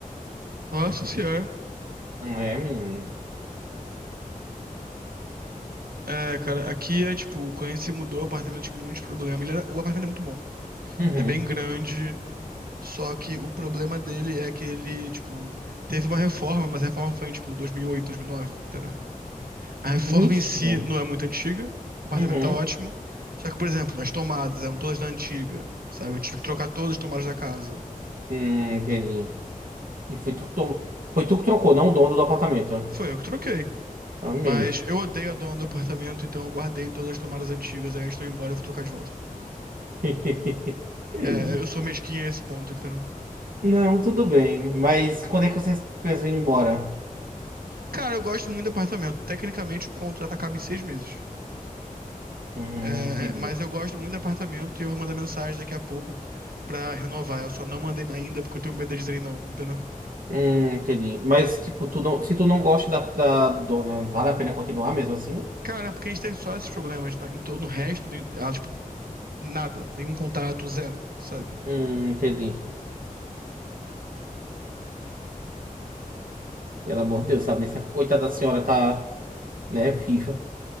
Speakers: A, on the right; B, on the right.
A: Nossa senhora.
B: Não é, menino?
A: É, cara, aqui é tipo, o cliente se mudou, o apartamento tinha um monte de problema. Ele era- o apartamento é muito bom.
B: Uhum.
A: Ele é bem grande, Só que o problema dele é que ele, tipo, teve uma reforma, mas a reforma foi em, tipo, 2008, 2009, entendeu? A reforma
B: Ixi.
A: em si não é muito antiga, o apartamento
B: Uhum.
A: tá ótimo. Só que, por exemplo, as tomadas eram todas da antiga, sabe? Eu tive que trocar todas as tomadas da casa.
B: Hum, entendi. E foi tu que tomou. Foi tu que trocou, não o dono do apartamento.
A: Foi eu que troquei.
B: Amei.
A: Mas eu odeio a dona do apartamento, então eu guardei todas as tomadas antigas. Aí antes de eu ir embora, eu vou trocar de volta.
B: <laughs>
A: É, eu sou mesquinha a esse ponto, entendeu?
B: Não, tudo bem. Mas quando é que vocês pensam em ir embora?
A: Cara, eu gosto muito do apartamento. Tecnicamente, o contrato acaba em seis meses.
B: Hum,
A: É,
B: entendi.
A: mas eu gosto muito do apartamento e eu vou mandar mensagem daqui a pouco pra renovar. Eu só não mandei ainda porque eu tenho medo de dizer não, entendeu?
B: Hum, entendi. Mas, tipo, tu não, se tu não gosta da, da dona, vale a pena continuar mesmo assim?
A: Cara, porque a gente teve só esses problemas, né? Em todo o resto, nem- ah, tipo, nada, nenhum contato, zero, sabe?
B: Hum, entendi. Pelo amor de Deus, sabe? Nem se a coitada da senhora tá, né, viva.